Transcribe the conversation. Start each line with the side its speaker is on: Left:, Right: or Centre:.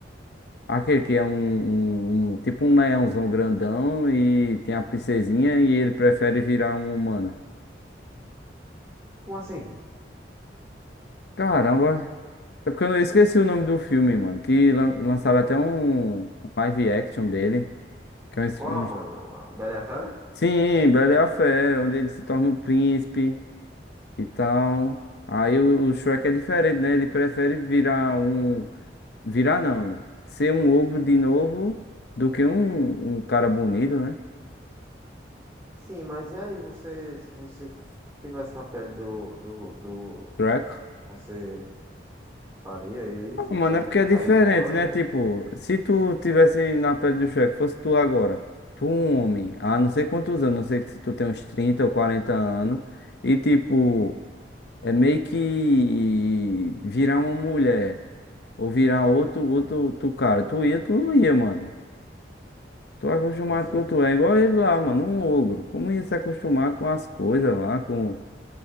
Left: Aquele que é um, um- um- tipo um leãozão grandão e tem a princesinha e ele prefere virar um humano.
Right: Como assim?
Left: Caramba, É porque eu não- eu esqueci o nome do filme, mano. Que lan- lançaram até um um live action dele. Que é um, es-
Right: Qual,
Left: um-
Right: mano? O Bela e a Fera?
Left: sim, Bela e a Fera, onde ele se torna um príncipe e tal. Aí o, o Shrek é diferente, né? Ele prefere virar um. Virar não. Ser um ogro de novo do que um, um cara bonito, né?
Right: Sim, mas e aí você, se você f- tivesse na pele do, do, do,
Left: Shrek.
Right: do Chewbacca, você faria isso?
Left: Mano,
Right: Você
Left: é porque
Right: ficaria
Left: é diferente,
Right: humano?
Left: né? Tipo, se tu tivesse na pele do Shrek, fosse tu agora, tu um homem, há não sei quantos anos, não sei se tu tem uns 30 ou 40 anos, e tipo, é meio que virar uma mulher, ou virar outro, outro, tu cara, tu ia, tu não ia, mano. Tu é acostumado
Right: Com certeza.
Left: com tu, é igual ele lá, mano, um ogro. Como ia se acostumar com as coisas lá, com,